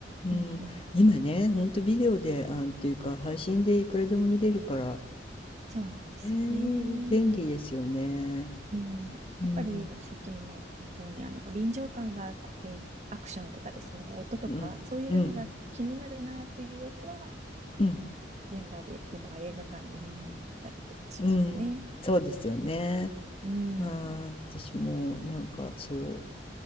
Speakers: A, on the left; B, on the right.
A: うん、
B: うん、うん。
A: 今ね、ほんとビデオで、あ、っていうか配信でいくらでも見れるから、
B: そうなんですよね。
A: ねえ、便利ですよね。
B: うん。
A: うん、
B: やっぱりさっきも言ったように、あの、臨場感があって、アクションとかですね、音とか、
A: うん、
B: そういうのが気になるなっていうやつは、
A: うん、うん、
B: 現場で、現場映画館で見に行ったりとかしますね。
A: うん、そうですよね。
B: うん。
A: はい、私もなんかそう。